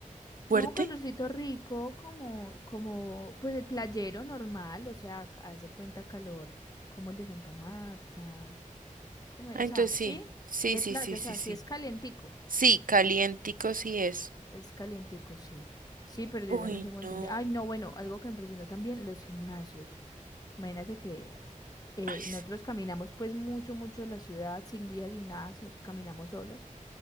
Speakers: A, on the left; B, on the right.
A: No,
B: ¿Fuerte?
A: calorcito rico, como, como, pues el playero normal, o sea, ca- haz de cuenta calor, como el de Santa Marta, como,
B: Ah,
A: o sea,
B: entonces
A: sí,
B: sí, sí,
A: de
B: sí,
A: playa,
B: sí, sí,
A: o sea,
B: sí.
A: sí es calientico,
B: Sí, calientico sí es.
A: Es calientico, sí. Sí, pero yo
B: Uy,
A: también tengo
B: no.
A: entendido. Ay, no, bueno, algo que me impresionó también, los gimnasios. Imagínate que eh,
B: Ay, sí.
A: nosotros caminamos pues mucho, mucho en la ciudad, sin guía, sin nada, sino que caminamos solos.